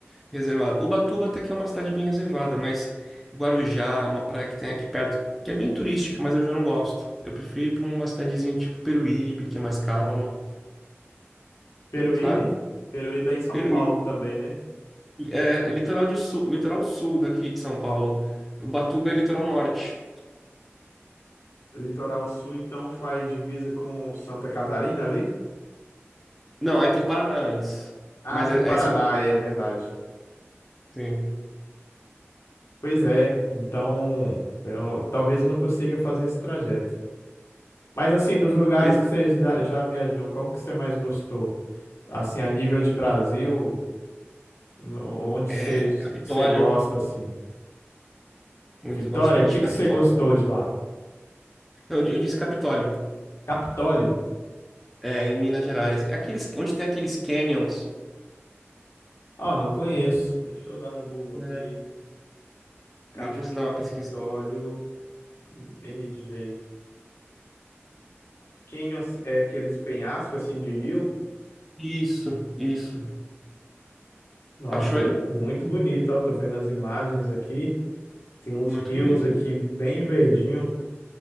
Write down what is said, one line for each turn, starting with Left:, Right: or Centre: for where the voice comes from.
Centre: reservada. Ubatuba até que é uma cidade bem reservada, mas Guarujá é uma praia que tem aqui perto, que é bem turística, mas eu já não gosto. Eu prefiro ir para uma cidadezinha tipo Peruíbe, que é mais calma,
Left: Peruíbe?
Centre: sabe?
Left: Peruíbe é em São
Centre: Peruíbe.
Left: Paulo também, né?
Centre: É, é litoral de sul, litoral sul daqui de São Paulo. Ubatuba é litoral norte.
Left: Litoral Sul, então, faz divisa com Santa Catarina ali?
Centre: Não, aí tem o Paraná antes.
Left: Ah,
Centre: Mas
Left: tem
Centre: é,
Left: Paraná,
Centre: é isso.
Left: é verdade.
Centre: Sim.
Left: Pois é, então eu, talvez eu não consiga fazer esse trajeto. Mas assim, dos lugares
Centre: Pois
Left: que você já, já viajou, qual que você mais gostou? Assim, a nível de Brasil, no- onde
Centre: é,
Left: você,
Centre: Capitólio.
Left: você gosta, assim?
Centre: Muito,
Left: Vitória,
Centre: gosto muito
Left: o que
Centre: de Capitólio.
Left: que você gostou de lá?
Centre: Não, eu, eu disse Capitólio.
Left: Capitólio?
Centre: É, em Minas Gerais. É aqueles, onde tem aqueles canyons.
Left: Ah, não conheço. Deixa eu dar um Google
Centre: É,
Left: aqui. Capitólio
Centre: depois você dá uma pesquisa.
Left: MG. Canyons é aqueles penhascos assim de rio?
Centre: Isso, isso.
Left: Nossa,
Centre: Achou aí?
Left: é muito bonito, ó, tô vendo as imagens aqui. Tem uns
Centre: Muito
Left: rios
Centre: bonito.
Left: aqui bem verdinho,